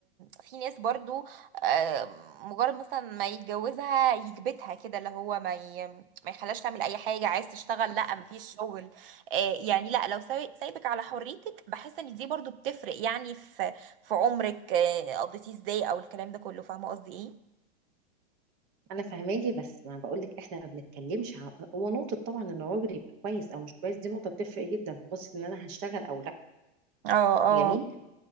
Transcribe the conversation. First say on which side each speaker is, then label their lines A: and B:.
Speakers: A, on the right (about 60°); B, on the right (about 20°).
A: في ناس برضو آه، مجرد مثلا ما يتجوزها يكبتها كده اللي هو ما ي... ما يخلاش تعمل اي حاجة عايز تشتغل لا مفيش شغل آه، يعني لا لو سايب- سايبك على حريتك بحس ان دي برضو بتفرق يعني في في عمرك آه، قضيتيه ازاي او الكلام ده كله فاهمه قصدي ايه
B: انا فاهماكي بس ما بقول لك احنا ما بنتكلمش عن هو نقطه طبعا ان الراجل يبقى كويس او مش كويس دي نقطه بتفرق جدا في قصه ان انا هشتغل او لا
A: اه اه
B: جميل